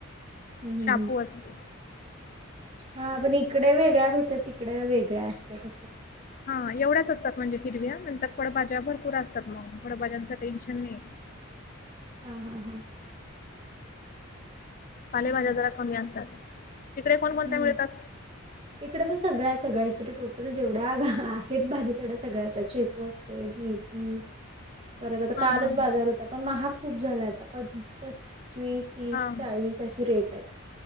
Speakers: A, on the right (about 30°); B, on the left (about 40°).
A: हम,
B: शापू
A: हम, हम
B: असते.
A: हा पण इकडे वेगळ्या भेटतात तिकडे वेगळ्या असतात
B: हा एवढ्याच असतात म्हणजे हिरव्या नंतर फळभाज्या भरपूर असतात मग फळभाज्यांचं टेन्शन नाही
A: हा, हा, हा
B: पालेभाज्या
A: चालेल
B: जरा कमी असतात तिकडे कोणकोणत्या
A: हम्म.
B: मिळतात
A: इकडे पण सगळ्या आहे सगळ्या इकडें टोटल जेवढ्या गा आहेत भाजी तेवढ्या सगळ्या असत शेपू असतो मेथी परत आता
B: हां
A: कालच
B: हां
A: बाजार होता पण महाग खूप झाला आता प पस्वीस तीस,
B: हां.
A: चाळीस अशी रेट आहेत